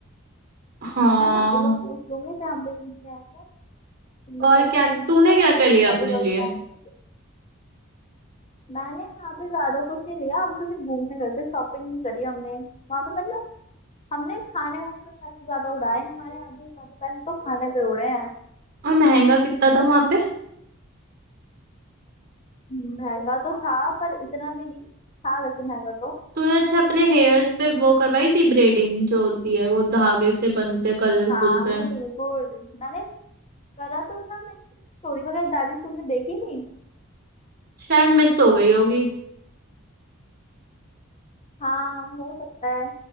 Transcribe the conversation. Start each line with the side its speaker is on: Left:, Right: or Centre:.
Right: हाँ
Left: है ना एक बार पूछ लूंगी फिर हम भी घूम के आएंगे तुम भी
Right: और
Left: चलना
Right: क्या
Left: घूमने
Right: तूने
Left: के लिए
Right: क्या
Left: मस्त
Right: क्या लिया अपने
Left: मजे करके
Right: लिए
Left: आएंगे मैंने वहां पे ज्यादा कुछ नहीं लिया हम तो सिर्फ घूमने गए थे शॉपिंग नहीं करी हमने वहां पे मतलब हमने खाने वाने पे पैसे ज्यादा उड़ाए हमारे आधे से ज्यादा पैसे तो खाने पे उड़े हैं
Right: और महंगा कितना था वहां पे
Left: महंगा तो था पर इतना भी नहीं था वैसे महंगा तो
Right: तूने अच्छा अपने हेयर्स पे वो करवाई थी ब्रेडिंग जो होती है वो धागे से बनते कलरफुल
Left: हाँ
Right: से
Left: बिल्कुल मैंने करा तो था मैंने तुम्हें स्टोरी वगैरह डाली तुमने देखी नहीं
Right: शायद मिस हो गई होगी
Left: हाँ हो सकता है